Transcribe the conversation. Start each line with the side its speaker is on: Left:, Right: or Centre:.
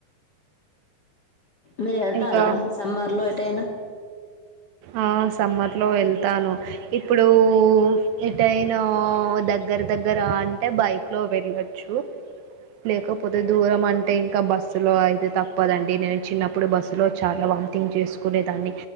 Left: మీరు వెళ్తారా
Right: ఇంకా
Left: సమ్మర్లో ఎటైనా
Right: ఆ సమ్మర్లో వెళ్తాను ఇప్పుడు ఎటైనా లో దగ్గర దగ్గర అంటే బైక్ లో వెళ్ళొచ్చు లేకపోతే దూరం అంటే ఇంకా బస్సు లో అయితే తప్పదండి నేను చిన్నప్పుడు బస్సు లో చాలా వంతింగ్ చేసుకునే దాన్ని